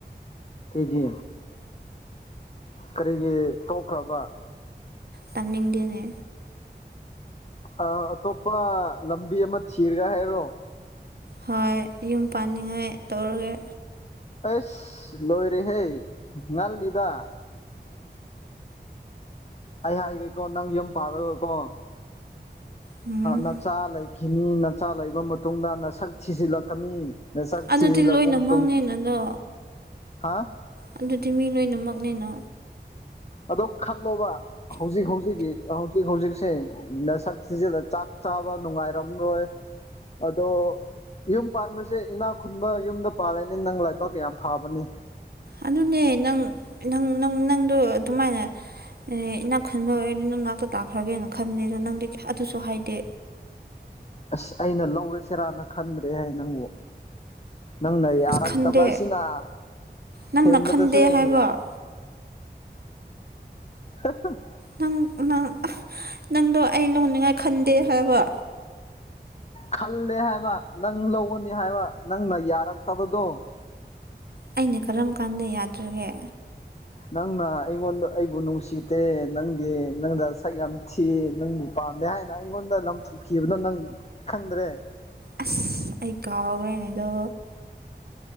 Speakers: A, on the left (about 40°); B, on the right (about 65°).
A: ꯀꯩꯒꯤ ꯀꯔꯤꯒꯤ ꯇꯣꯛꯈ꯭ꯔꯕ
B: ꯇꯅꯤꯡꯗꯦꯅꯦ
A: ꯑ ꯑꯇꯣꯞꯄ ꯂꯝꯕꯤ ꯑꯃ ꯊꯤꯔꯒ ꯍꯥꯏꯔꯣ
B: ꯍꯣꯏ ꯌꯨꯝ ꯄꯥꯟꯅꯤꯡꯉꯥꯏ ꯇꯧꯔꯒꯦ
A: ꯑꯩꯁ ꯂꯣꯏꯔꯦꯍꯦ ꯉꯜꯂꯤꯗ ꯑꯩ ꯍꯥꯏꯒꯦꯀꯣ ꯅꯪ ꯌꯨꯝ ꯄꯥꯜꯂꯒꯀꯣ
B: ꯎꯝ
A: ꯅꯆꯥ ꯂꯩ ꯈꯤꯅꯤ ꯅꯆꯥ ꯂꯩꯕ ꯃꯇꯨꯡꯗ ꯅꯁꯛ ꯊꯤꯖꯤꯜꯂꯛꯀꯅꯤ ꯅꯁꯛ
B: ꯑꯗꯨꯗꯤ
A: ꯊꯤꯖꯤꯟꯂꯛꯄ
B: ꯂꯣꯏꯅꯃꯛꯅꯦꯅ
A: ꯃꯇꯨꯡ
B: ꯑꯗꯣ
A: ꯍꯥ
B: ꯑꯗꯨꯗꯤ ꯃꯤ ꯂꯣꯏꯅꯃꯛꯅꯦꯅ
A: ꯑꯗꯣ ꯈꯜꯂꯣꯕ ꯍꯧꯖꯤꯛ ꯍꯧꯖꯤꯛꯀꯤ ꯍꯧꯖꯤꯛ ꯍꯧꯖꯤꯛꯁꯦ ꯅꯁꯛ ꯊꯤꯖꯤꯜꯂ ꯆꯥꯛ ꯆꯥꯕ ꯅꯨꯡꯉꯥꯏꯔꯝꯔꯣꯏ ꯑꯗꯣ ꯌꯨꯝ ꯄꯥꯟꯕꯁꯦ ꯏꯅꯥꯛ ꯈꯨꯟꯕ ꯌꯨꯝꯗ ꯄꯥꯜꯂꯅꯤ ꯅꯪ ꯂꯩꯥꯏꯕꯥꯛ ꯌꯥꯝ ꯐꯥꯕꯅꯤ
B: ꯑꯗꯨꯅꯦ ꯅꯪ ꯅꯪ ꯅꯪ ꯅꯪ ꯅꯪꯗꯣ ꯑꯗꯨꯃꯥꯏꯅ ꯑꯦ ꯏꯅꯥꯛ ꯈꯟꯕ ꯑꯣꯏꯔꯗꯤ ꯅꯪ ꯅꯥꯛꯇ ꯇꯥꯛꯈ꯭ꯔꯒꯦꯅ ꯈꯟꯕꯅꯦ ꯑꯗꯣ ꯅꯪꯗꯤ ꯑꯗꯨꯁꯨ ꯍꯥꯏꯗꯦ
A: ꯑꯁ ꯑꯩꯅ ꯂꯧꯔꯁꯤꯔꯥꯅ ꯈꯟꯗ꯭ꯔꯦꯍꯦ ꯅꯪꯕꯨ ꯅꯪꯅ ꯌꯥꯔꯛꯇꯕꯁꯤꯅ
B: ꯑꯁ ꯈꯟꯗꯦ ꯅꯪꯅ
A: ꯊꯦꯝꯕꯗꯨꯁꯨ
B: ꯈꯟꯗꯦ
A: ꯌꯦꯡꯒꯦ
B: ꯍꯥꯏꯕ
A: <unintelligible>
B: ꯅꯪ ꯅꯪ ꯅꯪꯗꯣ ꯑꯩ ꯂꯣꯟꯅꯤꯡꯉꯥꯏ ꯈꯟꯗꯦ ꯍꯥꯏꯕ
A: ꯈꯜꯂꯦ ꯍꯥꯏꯕ ꯅꯪ ꯂꯧꯒꯅꯤ ꯍꯥꯏꯕ ꯅꯪꯅ ꯌꯥꯔꯛꯇꯕꯗꯣ
B: ꯑꯩꯅ ꯀꯔꯝ ꯀꯥꯟꯗ ꯌꯥꯗ꯭ꯔꯒꯦ
A: ꯅꯪꯅ ꯑꯩꯉꯣꯟꯗ ꯑꯩꯕꯨ ꯅꯨꯡꯁꯤꯗꯦ ꯅꯪꯒꯤ ꯅꯪꯗ ꯁꯛ ꯌꯥꯝ ꯊꯤ ꯅꯪꯕꯨ ꯄꯥꯝꯗꯦ ꯍꯥꯏꯅ ꯑꯩꯉꯣꯟꯗ ꯂꯪꯊꯣꯛꯈꯤꯕꯗꯣ ꯅꯪ ꯈꯪꯗ꯭ꯔꯦ
B: ꯑꯁ ꯑꯩ ꯀꯥꯎꯒꯔꯦꯅꯦꯗꯣ